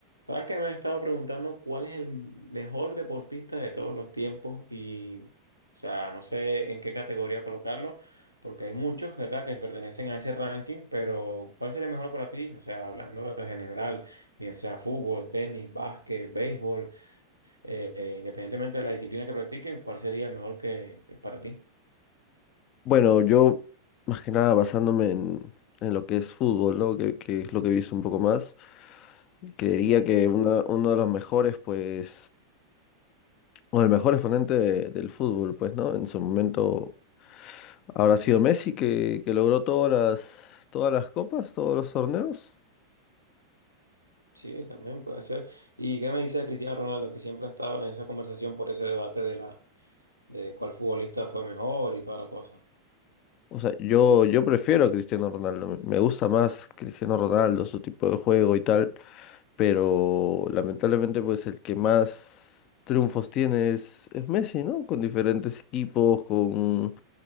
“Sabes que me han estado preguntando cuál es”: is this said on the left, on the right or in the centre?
Right